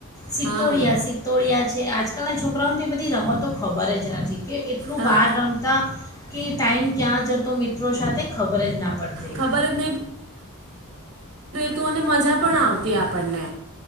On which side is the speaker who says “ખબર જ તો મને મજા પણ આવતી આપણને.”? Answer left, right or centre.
Right